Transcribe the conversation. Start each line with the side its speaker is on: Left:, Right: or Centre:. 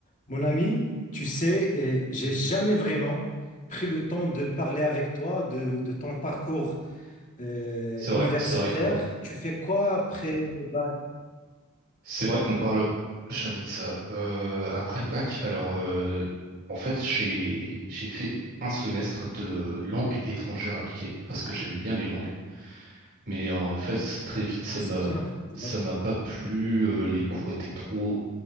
Left: Mon ami, tu sais, euh, j'ai jamais vraiment pris le temps de parler avec toi de, de ton parcours euh,
Right: C'est
Left: universitaire.
Right: vrai, c'est vrai que
Left: Tu fais quoi après le bac?
Right: c'est vrai qu'on parle jamais de ça. Euh, après le bac, alors euh, en fait j'ai j'ai fait un semestre de langue étrangère appliquée parce que j'aimais bien les langues, mais en fait très vite ça
Left: Ah, c'est
Right: m'a
Left: bien. Je
Right: ça
Left: vois.
Right: m'a pas plu. euh, les cours étaient trop